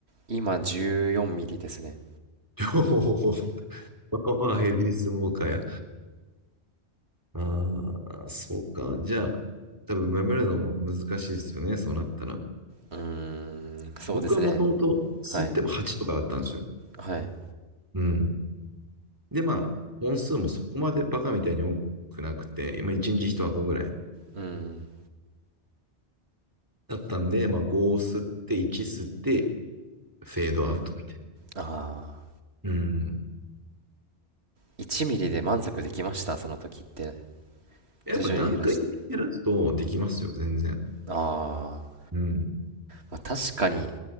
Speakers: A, on the right (about 65°); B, on the right (about 15°).
A: 今14ミリですね。
B: 両方。<laughs> まあまあヘビースモーカーや。ああ、そうか。じゃあ、多分やめるのも難しいですよね、そうなったら。
A: うーん、そうですね。
B: 僕はもともと吸っても8とかだったんですよ。
A: はい、はい。
B: うん。で、まあ、本数もそこまでバカみたいに多くなくて、今1日1箱ぐらい
A: うん。
B: だったんで、まあ、5を吸って、1吸って、フェードアウトみたい
A: ああ、
B: な。うん。
A: 1ミリで満足できました、その時って。
B: やっぱ段階的に減らすとできますよ、
A: 徐々に減らして。
B: 全然。
A: ああ、
B: うん。
A: まあ、確かに、